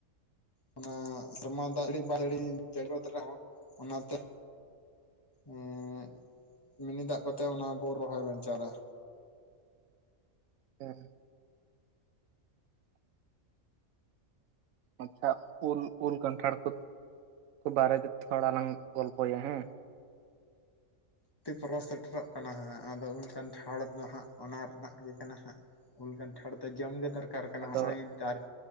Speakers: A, on the left; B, on the right.
A: ᱚᱱᱟ ᱥᱚᱢᱟ <inaudible> ᱚᱱᱟᱛᱮ ᱮᱸᱜ ᱢᱤᱱᱤ ᱫᱟᱜ ᱠᱚᱛᱮ ᱚᱱᱟ ᱵᱚ ᱨᱚᱦᱚᱭ ᱵᱟᱧᱪᱟᱣ ᱮᱫᱟ,
B: ᱩᱸ ᱟᱪᱪᱷᱟ ᱩᱞᱼᱩᱞ ᱠᱟᱱᱴᱷᱟᱲ ᱠᱚ ᱠᱚ ᱵᱟᱨᱮ ᱛᱮ ᱛᱷᱚᱲᱟ ᱞᱟᱝ ᱜᱚᱞᱯᱚᱭᱟ ᱦᱮᱸ
A: ᱱᱚᱛᱮ ᱯᱚᱨᱚᱵᱽ ᱥᱮᱴᱮᱨᱚᱜ ᱠᱟᱱᱟ ᱦᱟᱸᱜ ᱟᱫᱚ ᱩᱞ ᱠᱟᱱᱴᱷᱟᱲ ᱫᱚ ᱦᱟᱸᱜ ᱚᱱᱟ ᱨᱮᱱᱟᱜ ᱜᱮ ᱠᱟᱱᱟ ᱦᱟᱸᱜ, ᱩᱞ ᱠᱟᱱᱴᱷᱟᱲ ᱫᱚ ᱡᱚᱢᱜᱮ ᱫᱚᱨᱠᱟᱨ ᱠᱟᱱᱟ
B: ᱟᱫᱚ
A: ᱱᱚᱜᱼᱚᱭ ᱫᱟᱨᱮ-